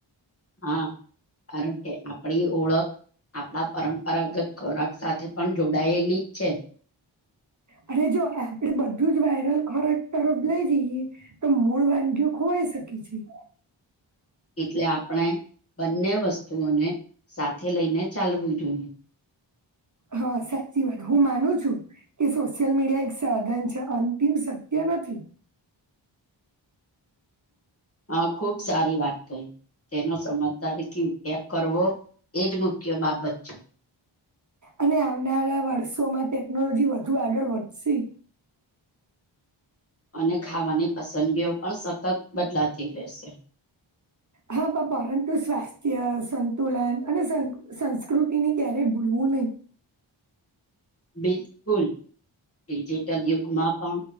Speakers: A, on the left; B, on the right.
A: હા કારણ કે આપણી ઓળખ આપણા પરંપરાગત ખોરાક સાથે પણ જોડાયેલી જ છે
B: અને જો આપડે બધું જ વાયરલ ખોરાક તરફ લઈ જઈએ તો મૂળ વાનગી ખોવા શકી છે
A: એટલે આપણે બંને વસ્તુઓને સાથે લઈને ચાલવું જોઈએ
B: હા સાચી વાત હું માનું છું કે સોશિયલ મીડિયા એક સાધન છે અંતિમ સત્ય નથી
A: હા ખુબ સારી વાત કહી તેનો સમજદારીથી, ઉપયોગ કરવો એજ મુખ્ય બાબત છે.
B: અને આવનારા વર્ષોમાં ટેકનોલોજી, વધુ આગળ વધશે
A: અને ખાવાની, પસંદગીઓ પણ સતત બદલાતી રહેશે.
B: હા, બાપા પરંતુ સ્વાસ્થ્ય સંતુલન અને સંસ્કૃતિની ક્યારેય ભૂલ મૂને
A: બિલકુલ, ડિજિટલ યુગમાં પણ